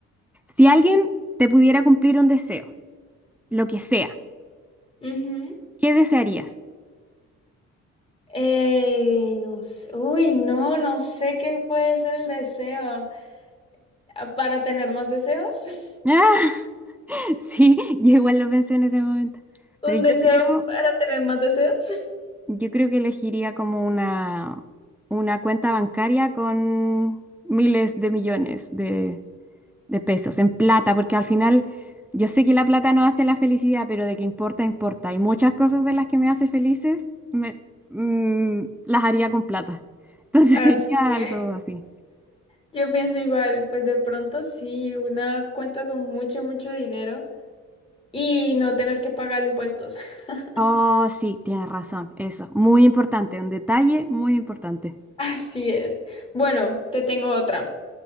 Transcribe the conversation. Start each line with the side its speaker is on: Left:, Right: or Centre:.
Centre: Si alguien te pudiera cumplir un deseo, lo que sea,
Left: Ujú.
Centre: ¿qué desearías?
Left: Eh, no sé. Uy, no, no sé qué puede ser el deseo. Ah, ¿Para tener más deseos?
Centre: <laughs> sí, yo igual lo pensé en ese momento.
Left: <laughs> ¿Un
Centre: Pero yo
Left: deseo
Centre: creo
Left: para tener más deseos? <laughs>
Centre: Yo creo que elegiría como una, una cuenta bancaria con miles de millones de, de pesos en plata, porque al final yo sé que la plata no hace la felicidad, pero de que importa, importa. hay muchas cosas de las que me hace felices me- mm, las haría con plata. Entonces
Left: Así
Centre: <laughs> sería
Left: es.
Centre: algo así.
Left: Yo pienso igual, pues de pronto sí, una cuenta con mucho, mucho dinero. Y no tener que pagar impuestos. <laughs>
Centre: Oh, sí, tienes razón, eso. Muy importante, un detalle muy importante.
Left: Así es. Bueno, te tengo otra.